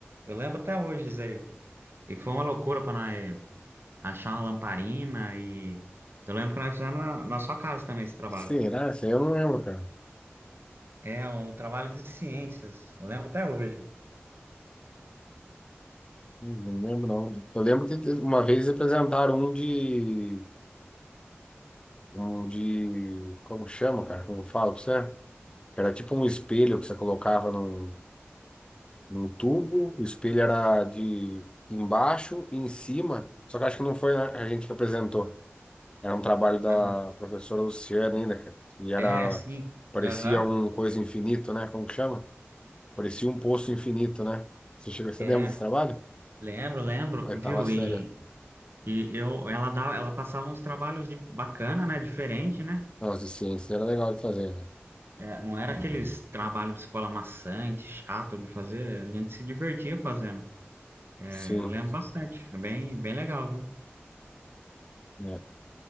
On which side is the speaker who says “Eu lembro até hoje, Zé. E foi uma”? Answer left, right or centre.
Right